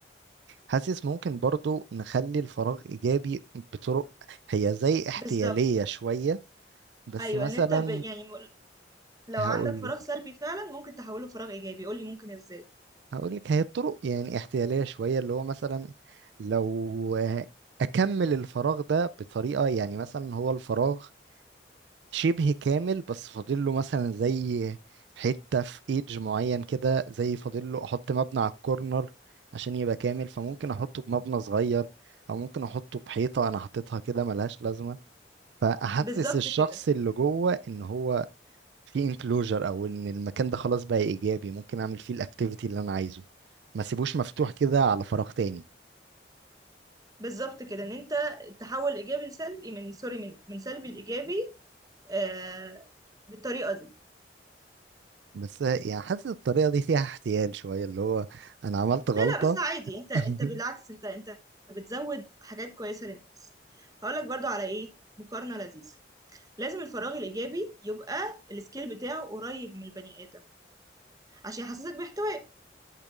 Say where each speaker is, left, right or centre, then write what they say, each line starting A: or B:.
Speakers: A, on the right; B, on the right.
A: حاسس ممكن برضو نخلي الفراغ ايجابي بطرق هي زي احتيالية
B: بالظبط
A: شوية بس
B: ايوه
A: مثلا
B: ان انت ب... يعني لو
A: هقولك
B: عندك فراغ سلبي فعلا ممكن تحوله فراغ ايجابي قولي ممكن ازاي
A: هقولك هي الطرق يعني احتيالية شوية اللي هو مثلا لو آه، اكمل الفراغ ده بطريقة يعني مثلا هو الفراغ شبه كامل بس فاضل له مثلا زي حتة في ايدج معين كده زي فاضل له احط مبنى على الكورنر عشان يبقى كامل فممكن احطه بمبنى صغير او ممكن احطه بحيطة انا حاططها كده ملهاش لازمة فاحسس
B: بالظبط
A: الشخص
B: كده
A: اللي جوه ان هو في انكلوجر او ان المكان ده خلاص بقى ايجابي ممكن اعمل فيه الاكتيفيتي اللي انا عايزه ما سيبوش مفتوح كده على فراغ تاني
B: بالظبط كده ان انت تحول ايجابي لسلبي من سوري من من سلبي لايجابي آه بالطريقه دي
A: بس يعني حاسس الطريقة دي فيها احتيال شوية اللي هو انا عملت غلطة
B: لا لا بس عادي انت
A: <laughs>
B: انت بالعكس انت انت بتزود حاجات كويسه للناس هقولك برضو على ايه مقارنه لذيذه لازم الفراغ الايجابي يبقى السكيل بتاعه قريب من البني ادم عشان يحسسك باحتواء